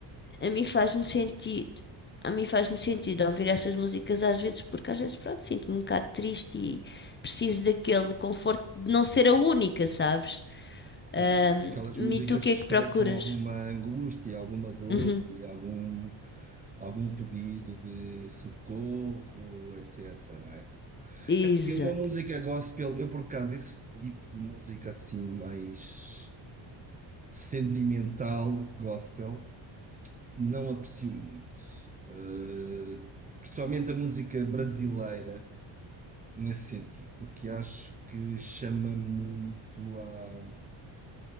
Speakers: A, on the left; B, on the right.
A: a mim faz-me sentido. A mim faz-me sentido ouvir essas músicas às vezes, porque às vezes, pronto, sinto-me um bocado triste e preciso daquele conforto de não ser a única, sabes? Ahm,
B: Hum, Aquelas músicas
A: e tu o que
B: que
A: é que
B: expressam
A: procuras?
B: alguma angústia, alguma dor
A: Uhum,
B: e algum, algum pedido de socorro, etc, não é?
A: Exato.
B: Eu na música gospel, eu por acaso esse tipo de música assim mais sentimental, gospel, não aprecio muito. Eh, principalmente a música brasileira nesse sentido, porque acho que chama muito à